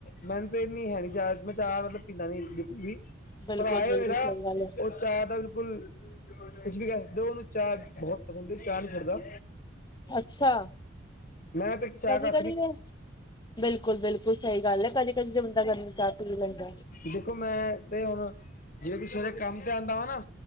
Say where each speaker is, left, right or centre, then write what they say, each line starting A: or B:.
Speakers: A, on the left; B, on the left.
A: ਮੈਨੂੰ ਤੇ ਇਨੀ ਹੈ ਨੀਂ ਚਾ, ਮੈਂ ਚਾਹ ਮਤਲਬ ਪੀਂਦਾ ਨੀ ਬਿਲਕੁਲ ਵੀ।
B: ਬਿਲਕੁਲ
A: ਭਰਾ
B: ਬਿਲਕੁਲ
A: ਏ ਮੇਰਾ,
B: ਸਹੀ ਗੱਲ ਹੈ
A: ਓਹ ਚਾਹ ਦਾ ਬਿਲਕੁਲ, ਕੁਛ ਵੀ ਕੈ ਸਕਦੇ ਓ। ਚਾਹ ਬਹੁਤ ਪਸੰਦ ਐ, ਚਾਹ ਨੀ ਛੱਡਦਾ।
B: ਅੱਛਾ
A: ਮੈਂ ਤੇ ਇੱਕ ਚਾਹ
B: ਕਦੀ
A: ਦਾ
B: ਬਿਲਕੁਲ- ਬਿਲਕੁਲ, ਸਹੀ ਗੱਲ ਏ। ਕਦੇ ਕਦੀ ਤੇ ਬੰਦਾ ਘੜੀ ਮੁੜੀ ਚਾਹ ਪੀ ਲੈਂਦੈ।
A: ਦੇਖੋ ਮੈਂ ਤੇ ਹੁਣ ਜਿਵੇਂ ਕਿ ਸਵੇਰੇ ਕੰਮ ਤੇ ਆਂਦਾ ਵਾ ਨਾ